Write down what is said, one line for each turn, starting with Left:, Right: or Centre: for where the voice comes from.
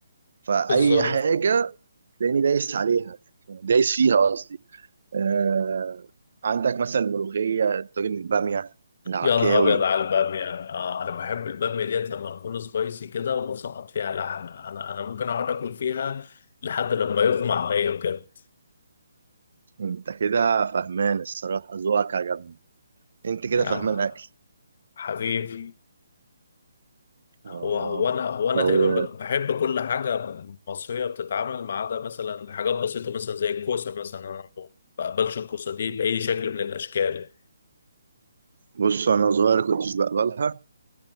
Right: فأي
Left: بالظبط
Right: حاجة تلاقيني دايس عليها دايس فيها قصدي آه عندك مثلا الملوخية الطاجن البامية العكاوي
Left: يا نهار ابيض على الباميه آه انا بحب الباميه ديت لما تكون سبايسي كده ومسقط فيها لحمه انا انا ممكن اقعد اكل فيها لحد لما يغمى عليا وكده
Right: انت كده فهمان الصراحة ذوقك عجبني انت كده
Left: يا
Right: فهمان
Left: عم
Right: اكل
Left: حبيبي هو
Right: آه
Left: هو انا هو انا
Right: أو
Left: تقريبا ب- بحب كل حاجه مصريه بتتعمل ما عدا مثلا حاجات بسيطه مثلا زي الكوسه مثلا انا ما بقبلش الكوسه دي باي شكل من الاشكال
Right: بص انا صغير كنتش بقبلها